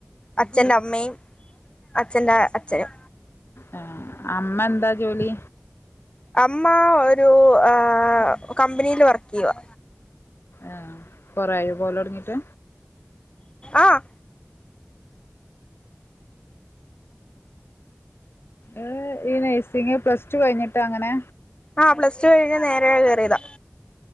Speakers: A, on the left; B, on the left.
A: അച്ഛന്റെ അമ്മയും അച്ഛന്റെ അച്ഛനും.
B: ആ അമ്മ എന്താ ജോലി?
A: അമ്മ ഒരു ആ കമ്പനില് വർക്ക് ചെയ്യുവാ.
B: ആ കൊറായി പോവല് തൊടങ്ങീട്ട്?
A: ആഹ്
B: ഏ ഈ നഴ്സിംഗ് പ്ലസ് ടു കഴിഞ്ഞിട്ട് അങ്ങനെ
A: ആ പ്ലസ് ടു കഴിഞ്ഞ് നേരെ കേറിതാ.